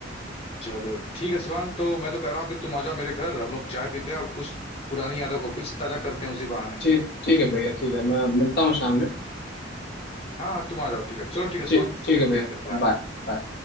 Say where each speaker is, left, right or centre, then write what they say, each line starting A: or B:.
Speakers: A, on the left; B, on the left.
A: चलो ठीक है शिवांग तो मैं तो कह रहा हूँ कि तुम आ जाओ मेरे घर हम लोग चाय पीते हैं और कुछ पुरानी यादों को फिर से ताजा करते हैं उसी बहाने
B: ठीक ठीक है भैया ठीक है मैं मिलता हूँ शाम में
A: हाँ हाँ, तुम आ जाओ ठीक है चलो ठीक है शिवांग
B: ठीक ठीक
A: मिलते
B: है भैया
A: हैं फिर बाय
B: बाय बाय